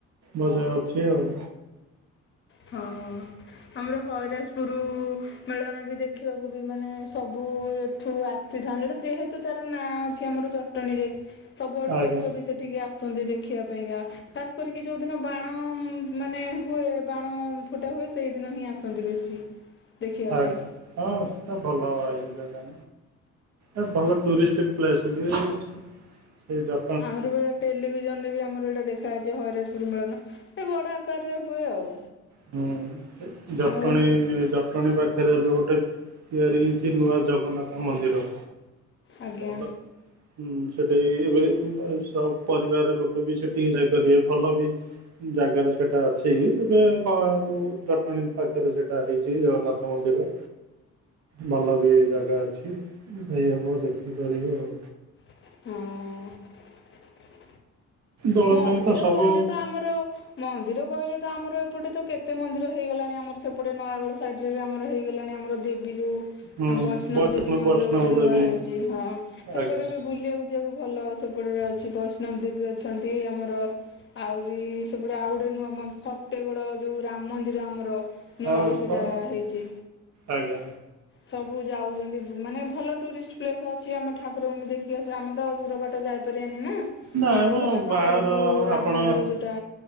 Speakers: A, on the right (about 65°); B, on the left (about 40°).
A: ମଜା ଅଛି ଆଉ।
B: ହଁ ଆମର ହଇରାଜପୁର ମିଳନ ବି ଦେଖିବାକୁ ବି ମାନେ ସବୁ ଏଠୁ ଆସିଥାନ୍ତି। ଯେହେତୁ ତାର ନାଁ ଅଛି ଆମର ଜ ଟଣୀରେ ସବୁଆଡୁ
A: ଆଜ୍ଞା
B: ଲୋକ ବି ସେ ଠିକ୍ ଆସନ୍ତି ଦେଖିବା ପାଇଁକା ଖାସ କରିକି ଯୋଉଦିନ ବାଣ ମାନେ ହୁଏ। ବାଣ ଫୁଟା ହୁଏ ସେଇଦିନ ହିଁ ଆସନ୍ତି ବେଶୀ ଦେଖିବା
A: ଆଜ୍ଞା
B: ପାଇଁ।
A: ହଁ ସେଟା ଭଲ ଏଇ ଜାଗା। ଏ ଭଲ ଟୁରିଷ୍ଟ ପ୍ଲେସ ବି ସେ ଜ
B: ଅମର ବି <unintelligible> ଟେଲିଭିଜନରେ ଆମର ଏଟା ଦେଖାଯାଇଛି ହଇରାଜପୁର ମିଳନ ଏ ବଡ ଆକାରରେ ହୁଏ ଆଉ।
A: ହୁଁ ଜଟଣୀ
B: ଆମର
A: ଜ ଜଟଣୀ ପାଖରେ ଏବେ ଗୋଟେ ତିଆରି ହେଇଛି ନୂଆ ଜଗନ୍ନାଥ ମନ୍ଦିର।
B: ଆଜ୍ଞା
A: ଭଲ। ହୁଁ ସେଠି ଏବେ ସ-ପରିବାର ଲୋକ ବି ସେଠି ହିଁ ଯାଇପାରିବେ ଭଲ ବି ଜାଗାରେ ସେଟା ଅଛି ଏବେ ହଁ ଯୋଉ ଜଟଣୀ ପାଖରେ ସେଟା ହେଇଛି ଜଗନ୍ନାଥ ମନ୍ଦିର। ଭଲ ବି ଜାଗା ଅଛି ଯାଇ ହବ ଦେଖିପାରିବେ ଆଉ।
B: ହଁ।
A: ଦୋଳ
B: ମନ୍ଦିର
A: ପାଇଁ ତ ସବୁ
B: କହିଲେ ତ ଆମର ମନ୍ଦିର କହିଲେ ତ ଆମର ଏପଟେ ତ କେତେ ମନ୍ଦିର ହେଇଗଲାଣି ଆମର ସେପଟେ ନୟାଗଡ଼ ସାଇଟି ଏବେ ଆମର ହେଇଗଲାଣି ଆମର ଦେବୀ ଯୁ
A: ହୁଁ
B: ବୈଷ୍ଣବ ଦେବୀ ମନ୍ଦିର
A: ବୈଷ୍ଣବ
B: ଗୋଟେ ନୂଆ
A: ଦେବୀ
B: ହେଇଛି ହଁ ସେପଟେ
A: ଆଜ୍ଞା
B: ବି ବୁଲିବାକୁ ଯିବାକୁ ଭଲ ସେପଟରେ ଅଛି ବୈଷ୍ଣବ ଦେବୀ ଅଛି। ଛନ୍ତି ଆମର ଆହୁରି ସେପଟେ ଆଉ ଗୋଟେ ନୂଆ ମ ଫତେଇଗଡ ଯୁ ରାମ ମନ୍ଦିର ଆମର ନୂଆ
A: ହଁ
B: ବି ସେଇଟା
A: ହଁ,
B: ହେଇଛି।
A: ଆଜ୍ଞା
B: ସବୁ ଯାଉଛନ୍ତି ମାନେ ଭଲ ଟୁରିଷ୍ଟ ପ୍ଲେସ ଅଛି ଆମ ଠାକୁରକୁ ବି ଦେଖି ଆସିବ ଆମେ ତ ଦୂର ବାଟ ଯାଇ କରିବାନି ନା।
A: ନାଇଁ
B: ଆମର
A: ମ
B: ହେଲା ବାହାରକୁ
A: ବାହାଘର
B: ରାମ
A: ଆପଣ
B: ମନ୍ଦିର
A: ହଁ।
B: ଯୋଉଟା